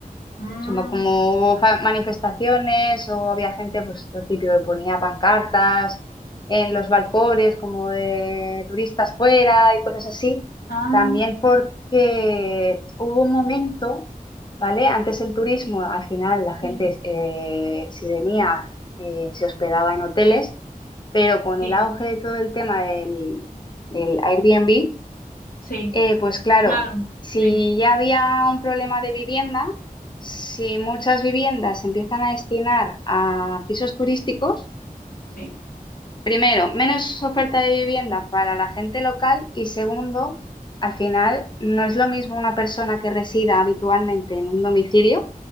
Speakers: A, on the left; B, on the left.
A: Ujú. Mm,
B: Somos como hubo fa- manifestaciones o había gente, pues lo típico, que ponía pancartas en los balcones, como de turistas fuera y cosas así.
A: ah,
B: También porque hubo un momento, ¿vale? Antes el turismo, al final la gente,
A: Sí,
B: eh, si venía, eh, se hospedaba en hoteles, pero con
A: sí,
B: el auge de todo el tema del, del Airbnb,
A: sí,
B: eh, pues claro,
A: claro,
B: si
A: sí,
B: ya había un problema de vivienda, si muchas viviendas se empiezan a destinar a pisos turísticos,
A: sí,
B: primero, menos oferta de vivienda para la gente local y segundo, al final no es lo mismo una persona que resida habitualmente en un domicilio,